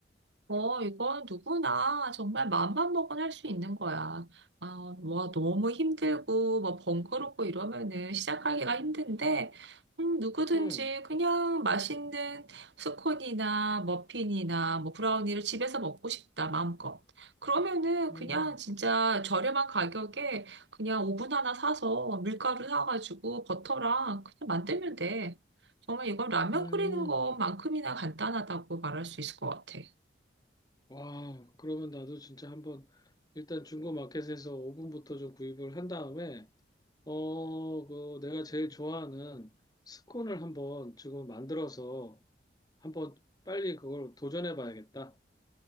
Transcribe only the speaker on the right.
어, 이건 누구나 정말 맘만 먹으면 할 수 있는 거야. 아, 뭐 너무 힘들고 뭐 번거롭고 이러면은 시작하기가 힘든데, 음, 누구든지
그냥 맛있는 스콘이나 머핀이나 뭐 브라우니를 집에서 먹고 싶다, 마음껏. 그러면은
그냥 진짜 저렴한 가격에 그냥 오븐 하나 사서 밀가루 사가지고 버터랑 그냥 만들면 돼. 정말 이건 라면
끓이는 것만큼이나 간단하다고 말할 수 있을 것 같아.